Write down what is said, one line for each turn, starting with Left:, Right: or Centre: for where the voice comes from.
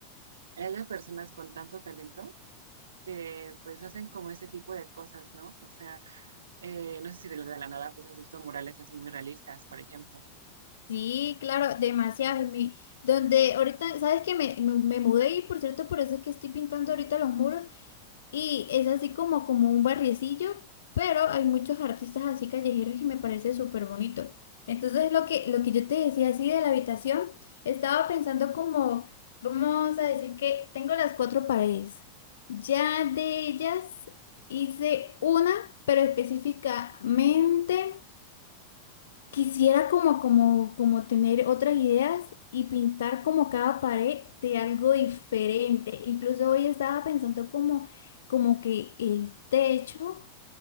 Right: haya personas con tanto talento? que pues hacen como este tipo de cosas, ¿no? O sea, eh, no sé si de la, de la nada pues has visto murales así muy realistas, por ejemplo.
Left: Sí, claro, demasiado. en mi- donde ahorita, ¿sabes que Me, me, me mudé y por cierto, por eso es que estoy pintando ahorita los muros. Y es así como, como un barriecillo, pero hay muchos artistas así callejeros y me parece súper bonito. Entonces lo que, lo que yo te decía así de la habitación, estaba pensando como, vamos a decir que tengo las cuatro paredes. Ya de ellas hice una, pero específicamente... Quisiera como, como, como tener otras ideas y pintar como cada pared de algo diferente. Incluso hoy estaba pensando como, como que el techo